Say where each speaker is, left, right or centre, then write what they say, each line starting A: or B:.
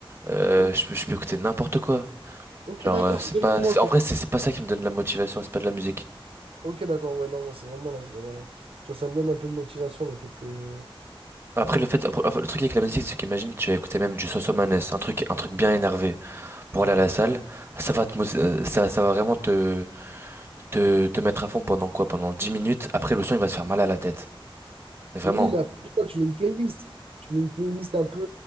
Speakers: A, on the right; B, on the right.
A: euh,
B: O-
A: je peux, je peux écouter n'importe quoi.
B: Ok,
A: Genre,
B: d'accord.
A: euh, c'est
B: Même
A: pas,
B: moi,
A: c'est-
B: quoi.
A: en vrai, c'est c'est pas ça qui me donne la motivation, c'est pas de la musique.
B: Ok, d'accord. Ouais, non, moi, c'est vraiment. la- la- Genre, ça me donne un peu de motivation le fait que.
A: Après, le fait, après, le truc avec la musique, c'est qu'imagine, tu vas écouter même du Sosomanes, un truc, un truc bien énervé. pour
B: Mhm.
A: aller à la salle, ça va te, mo- euh, ça, ça va vraiment te, te, te mettre à fond pendant quoi? Pendant 10 minutes. Après, le son, il va te faire mal à la tête. Mais vraiment.
B: Oui, mais après, tu vois, tu mets une playlist. Tu mets une playlist un peu.